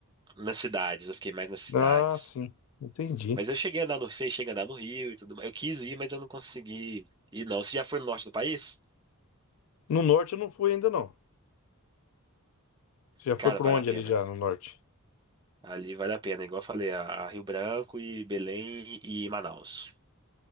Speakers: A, on the right; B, on the left.
A: Nas cidades, eu fiquei mais nas cidades.
B: Ah, sim, entendi.
A: Mas eu cheguei a andar no, sei, cheguei a andar no Rio e tudo mais. Eu quis ir, mas eu não consegui ir, não. Você já foi no norte do país?
B: No norte eu não fui ainda não. Você já foi
A: Cara,
B: por
A: vale
B: onde
A: a pena.
B: ali já no norte?
A: Ali vale a pena, igual eu falei, a, a Rio Branco e Belém e Manaus.